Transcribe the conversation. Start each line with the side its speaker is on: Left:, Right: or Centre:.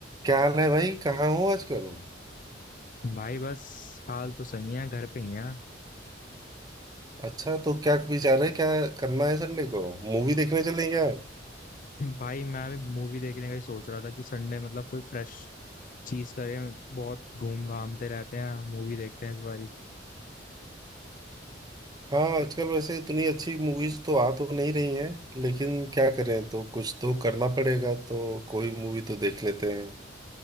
Right: क्या हाल है भाई कहाँ हो आजकल
Left: भाई बस हाल तो सही है घर पे ही है
Right: अच्छा तो क्या विचार है क्या करना है संडे को मूवी देखने चलें क्या
Left: भाई मैं भी मूवी देखने का ही सोच रहा था कि संडे मतलब कोई फ्रेश चीज करें बहुत घूम घामते रहते हैं मूवी देखते हैं इस बारी
Right: हाँ आजकल वैसे इतनी अच्छी मूवीज तो आ तो नहीं रही हैं लेकिन क्या करें तो कुछ तो करना पड़ेगा तो कोई मूवी तो देख लेते हैं